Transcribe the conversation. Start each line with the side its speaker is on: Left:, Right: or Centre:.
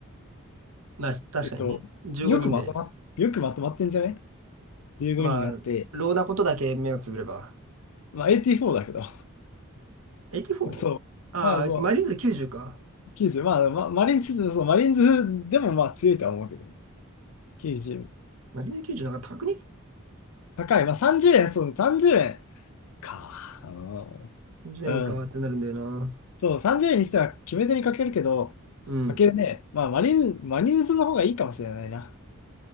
Right: まあ、確かにね。
Left: えっと、
Right: 15人で。
Left: よくまとま、よくまとまってんじゃね ?15
Right: まあ、
Left: 人あって、
Right: ローなことだけ目をつぶれば。
Left: まあ、84だけど、
Right: 84?
Left: <laughs> そう。
Right: ああー、
Left: まあ、そ
Right: マリーンズ90か。
Left: う、90、まあ、ま、マリーンズ、そう、マリーンズでもまあ強いとは思うけどね。90、
Right: マリーンズ90なんか高くね
Left: 高い。まあ、30円、そう、30円か。うん。
Right: ?10 円かってなるんだよな。
Left: うんそう、30円にしては決め手にかけるけど、
Right: うん。
Left: かけるね。まあ、マリン、マリンズの方がいいかもしれないな。